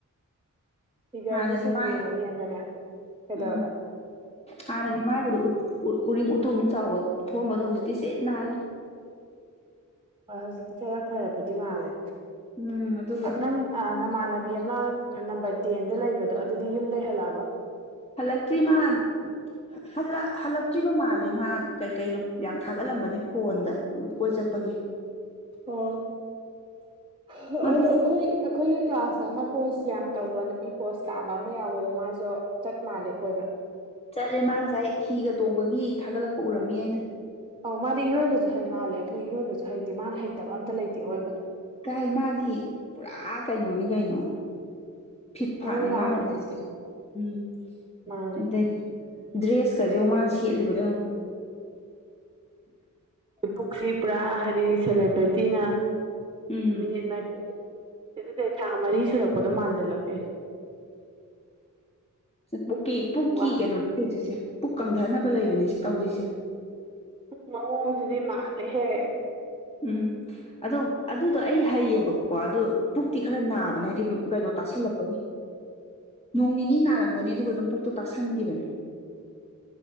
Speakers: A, on the right; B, on the left.
A: ꯐꯤꯒꯔꯁꯦ
B: ꯍꯥꯟꯅꯗꯤ
A: ꯁꯨꯝ
B: ꯃꯥꯏ
A: ꯌꯦꯡꯉ ꯌꯦꯡꯉꯒꯅꯦ ꯀꯩꯗꯧꯔꯕ
B: ꯎꯝ ꯍꯥꯟꯅꯗꯤ ꯃꯥꯥꯏꯒꯗꯨ ꯎꯔꯤꯡ ꯎꯇꯨꯞ ꯑꯃꯨꯛ ꯆꯥꯎꯕ ꯊꯣꯝꯕꯗꯣ ꯍꯧꯖꯤꯛꯇꯤ ꯁꯤꯠ ꯅꯥꯜꯂꯦ
A: ꯍꯣꯏ ꯍꯧꯖꯤꯛꯇꯤ ꯈꯔ ꯐꯔꯕꯗꯤ ꯃꯥꯜꯂꯦ
B: ꯎꯝ ꯑꯗꯨꯒ
A: ꯅꯪ ꯅꯃꯥꯟꯅꯕꯤ ꯑꯃ ꯅꯝꯕꯔ ꯇꯦꯟꯗ ꯂꯩꯕꯗꯣ ꯑꯗꯨꯗꯤ ꯌꯨꯝꯗꯩꯍꯜꯂꯛꯑꯕ
B: ꯍꯜꯂꯛꯇ꯭ꯔꯤꯃꯥꯟ ꯍꯜꯂ ꯍꯜꯂꯛꯇ꯭ꯔꯤ ꯆꯠꯕ ꯃꯥꯜꯂꯦ ꯃꯥ ꯀꯩ ꯀꯩꯅꯣ ꯌꯥꯝ ꯊꯥꯒꯠꯂꯝꯕꯅꯦ ꯐꯣꯟꯗ ꯀꯣꯏ ꯆꯠꯄꯒꯤ
A: ꯑꫭ
B: ꯃꯗꯨ
A: ꯑꯩꯈꯣꯏ ꯑꯩꯈꯣꯏꯒꯤ ꯀ꯭ꯂꯥꯁꯇ ꯑꯃ ꯄꯣꯁ ꯌꯥꯝ ꯇꯧꯕ ꯅꯨꯄꯤ ꯄꯣꯁ ꯇꯥꯕ ꯑꯃ ꯌꯥꯎꯕꯗꯣ ꯃꯥꯁꯨ ꯆꯠ ꯃꯥꯜꯂꯦ ꯀꫭꯏꯕꯥ
B: ꯆꯠꯂꯦ ꯃꯥ ꯉꯁꯥꯏ ꯍꯤꯒ ꯇꯣꯡꯕꯒꯤ ꯊꯥꯒꯠꯂꯛꯄ ꯎꯔꯝꯃꯤ ꯑꯩꯅ
A: ꯑꯧ ꯃꯥꯗꯤ ꯏꯔꯣꯏꯕꯁꯨ ꯍꯩ ꯃꯥꯜꯂꯦ ꯑꯩꯈꯣꯏ ꯏꯔꯣꯏꯕꯁꯨ ꯍꯩꯇꯦ ꯃꯥꯅ ꯍꯩꯇꯕ ꯑꯝꯇ ꯂꯩꯇꯦ ꯑꯣꯏꯕ
B: ꯀꯥꯏ ꯃꯥꯗꯤ ꯄꯨꯔꯥ ꯀꯩꯅꯣꯅꯤ ꯀꯩꯅꯣ ꯐꯤꯠ ꯐꯥꯠꯅꯤ
A: ꯑꯣꯜ ꯔꯥꯎꯟꯅꯦ
B: ꯃꯥꯅ ꯎ
A: ꯃꯥꯗꯤ
B: ꯎꯝ
A: ꯃꯥꯅꯦ
B: ꯑꯗꯒꯤ ꯗ꯭ꯔꯦꯁꯀꯁꯦ ꯌ‌ꯦꯡꯉꯨ ꯃꯥꯅ ꯁꯦꯠꯂꯤꯕꯗ ꯌ‌ꯦꯡꯉꯨ
A: ꯄꯨꯛꯁꯤ ꯄꯨꯔꯥ ꯍꯥꯏꯗꯤ ꯁꯦꯂꯦꯕ꯭ꯔꯤꯇꯤꯅ
B: ꯎꯝ
A: ꯃꯤꯅꯤꯠ ꯃꯔꯤꯔꯤ ꯁꯤ ꯑꯗꯨꯗꯤ ꯊꯥ ꯃꯔꯤ ꯁꯨꯔꯛꯄꯗꯣ ꯃꯥꯟꯖꯜꯂꯛꯀꯦ <unintelligible>
B: ꯄꯨꯀꯤ ꯄꯨꯀꯤ
A: ꯋꯥ
B: ꯀꯩꯅꯣ ꯁꯤ ꯁꯤꯁꯦ ꯄꯨꯛ ꯀꯪꯊꯕ ꯂꯩꯕꯅꯤ ꯁꯤ ꯇꯧꯖꯤꯁꯦ
A: ꯃꯑꯣꯡꯁꯤꯗꯤ ꯃꯥꯜꯂꯦꯍꯦ
B: ꯎꯝ ꯑꯗꯣ ꯑꯗꯨꯗꯣ ꯑꯩ ꯍꯩꯌꯦꯕꯀꯣ ꯑꯗꯨ ꯄꯨꯛꯇꯤ ꯈꯔ ꯅꯥꯕꯅꯦ ꯍꯥꯏꯗꯤ ꯀꯩꯅꯣ ꯇꯥꯁꯜꯂꯛꯄꯒꯤ ꯅꯣꯡ ꯅꯤꯅꯤ ꯅꯥꯔꯝꯒꯅꯤ ꯑꯗꯨꯒ ꯑꯗꯨꯝ ꯄꯨꯛꯇꯣ ꯇꯥꯁꯟꯈꯤꯕꯅꯦ